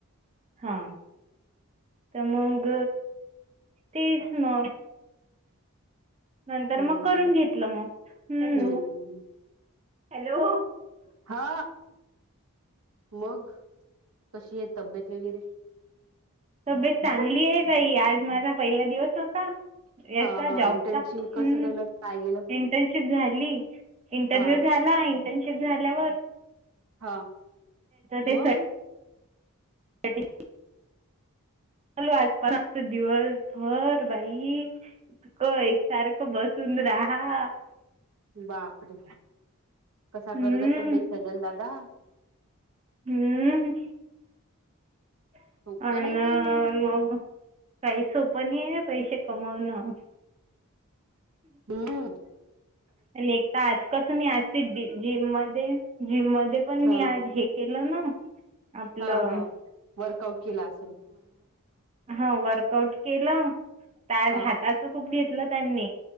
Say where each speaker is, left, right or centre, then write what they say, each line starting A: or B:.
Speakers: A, on the right (about 30°); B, on the right (about 80°).
A: हा, तर मग,, तीस मग. नंतर
B: हम्म
A: मग करून
B: हम्म
A: घेतलं मग,,, हं.
B: हम्म
A: हॅलो,
B: हा मग कशी आहे तब्येत वगैरे?
A: तब्येत चांगली आहे बाई,, आज माझा पहिला दिवस होऽ याचा
B: हा हा
A: जॉबचा,,,
B: इंटर्नशिप कसं
A: ह्.
B: केलं काय गेलं
A: इंटर्नशिप झाली,, इंटरव्ह्यू
B: हा
A: झाला,, इंटर्नशिप झाल्यावरऽ
B: हा,,
A: ते
B: मग.
A: सर्टिफिकेट चालू आज पाच दिवस भर बाईऽ एकसारखं बसून राहा.
B: बापरे! कसा
A: हम्म
B: करत असेल बाई सजन दादा.
A: हम्म, अ
B: सोप
A: ऽमग
B: नाही ते.
A: काही सोप नाही हे पैसे कमवणं.
B: हम्,
A: आणि एकता आज कसं,, मी असते जिम मध्येऽ जिम मध्ये पण
B: हा
A: मी आज हे केलं नाऽ आपलंऽ
B: हा हा वर्कआउट केला असेल
A: हा वर्कआउट केलं,, ते आज
B: हा
A: हाताचं खूप घेतलं त्यांनी-